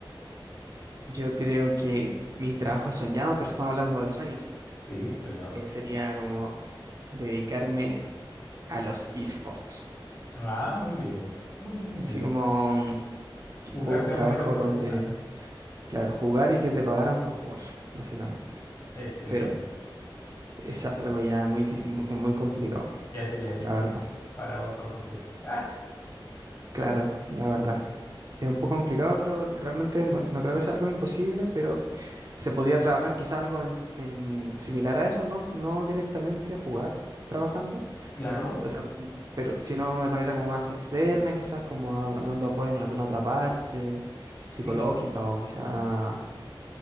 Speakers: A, on the right (about 45°); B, on the left (about 35°).
A: Yo creo que mis trabajos soñados, pero estamos hablando de sueños, sí.
B: Sí, soñados.
A: eh, sería como dedicarme a los esports.
B: Ah, muy bien, muy, muy bien.
A: Así como mm, tipo
B: Jugar
A: un
B: de
A: trabajo
B: manera profesional.
A: donde, claro, jugar y que te pagaran por jugar, básicamente.
B: Excelente.
A: Pero es algo ya muy, dif- mu- muy complicado,
B: Eso ya,
A: la verdad.
B: para otra ocasión. Ah,
A: Claro, la verdad. Es un poco complicado, pero realmente no, no creo que sea algo imposible, pero se podía trabajar quizá algo en, s- en similar a eso, no, no directamente jugar trabajando.
B: claro.
A: Entonces, m- pero sino de manera como más externa, quizás como a- dando apoyo en alguna otra parte psicológica
B: Sí,
A: o quizá